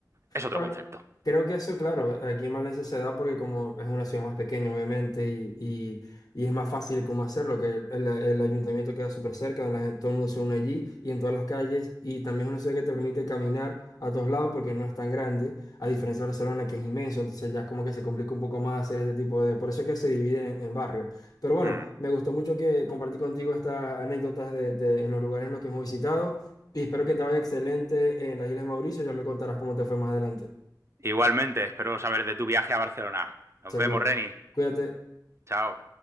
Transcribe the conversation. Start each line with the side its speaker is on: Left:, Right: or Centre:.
Right: es otro
Left: Bueno,
Right: concepto.
Left: creo que eso, claro, aquí en Valencia se da porque como es una ciudad más pequeña, obviamente, y, y- y es más fácil cómo hacerlo, que el, el ayuntamiento queda súper cerca, la gente- todo el mundo se une allí y en todas las calles, y también es una ciudad que te permite caminar a todos lados porque no es tan grande, a diferencia de Barcelona, que es inmenso, entonces ya es como que se complica un poco más hacer este tipo de... Por eso es que se divide en, en barrios. Pero bueno,
Right: Mm.
Left: me gustó mucho que compartí contigo estas anécdotas de, de- en los lugares en los que hemos visitado. Y espero que te vaya excelente en las Islas Mauricio. Ya me contarás cómo te fue más adelante.
Right: Igualmente, espero saber de tu viaje a Barcelona. Nos
Left: Seguro.
Right: vemos, Reni.
Left: Cuídate.
Right: Chao.